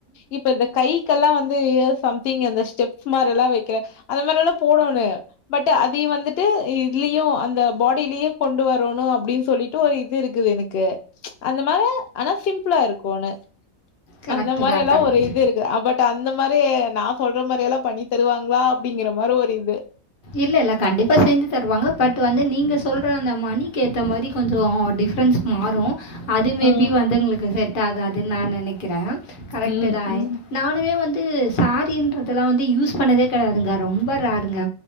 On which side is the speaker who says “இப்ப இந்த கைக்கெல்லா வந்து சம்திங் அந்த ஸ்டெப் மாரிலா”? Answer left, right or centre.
Left